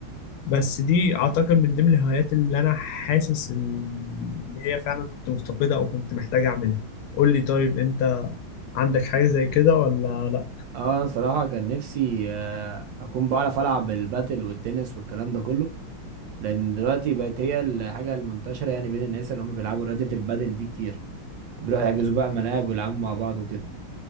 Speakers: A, on the left (about 80°); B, on the right (about 75°).
A: بس دي اعتقد من ضمن الهوايات اللي انا حاسس ان إن هي فعلا كنت مفتقدها او كنت محتاج اعملها قول لي طيب انت عندك حاجه زي كده ولا لا
B: اه انا صراحة كان نفسي آه، اكون بعرف العب الباتل والتنس والكلام ده كله لان دلوقتي بقت هي الحاجة المنتشرة يعني بين الناس اللي هم بيلعبوا رياضة البادل دي كتير بيروحوا يحجزوا بقى ملاعب ويلعبوا مع بعض وكده